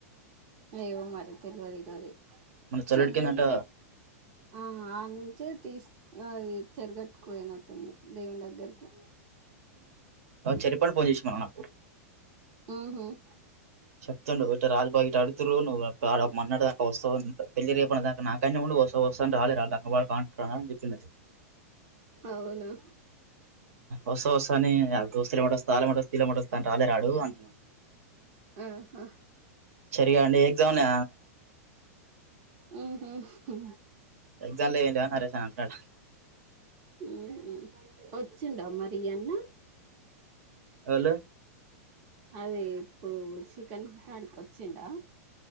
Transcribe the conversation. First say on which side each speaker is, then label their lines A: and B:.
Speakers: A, on the right; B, on the right.
A: ఏమో మరి తెలివదు ఇగ అది
B: మన చోలేటికి
A: చల్లటి
B: ఏందంట
A: ను ఆ వాళ్ళ నుంచే తీసు అదే చెరిగట్టుకోయనట్టుంది దేవుని దగ్గరికి
B: అ చెరిప్పడి పోన్ చేసినాడు నాకు
A: మ్మ్ హ్మ్
B: చెప్తుండు ఇటు రాజ బాగ్ ఇటు అడుగుతుండ్రు నువ్వు ఒక మన్నాడు దాకా వస్తావు పెళ్ళి రేపన దాకా నాకనే ఉండు వస్త వస్తాని రానే రాల వాళ్ళు బాగుండ్ర అని చెప్పిండట
A: అవునా
B: వస్తా వస్తా అని దోస్తలు ఎమ్మట వాస్త వల్ల ఎమ్మట వాస్త వీళ్ళ మట వస్తాను రానే రాడు అంట
A: ఆహా
B: సరిగా అండి ఎగ్జామ్ న
A: మ్మ్ హ్మ్ హు
B: ఎగ్జామ్లో ఏంటివి అని నరేష్ అంటన్నాడు
A: మ్మ్ హ్మ్ వచ్చిండ మరి అన్న
B: హలో
A: అదే ఇప్పుడు చికెన్ కాడికి వచ్చిండా